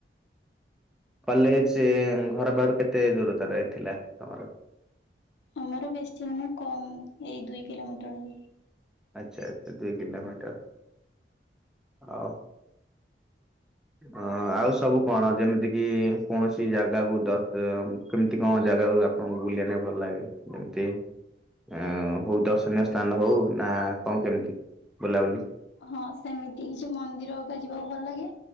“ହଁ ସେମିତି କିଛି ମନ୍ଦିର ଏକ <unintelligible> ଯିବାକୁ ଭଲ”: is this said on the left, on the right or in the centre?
Left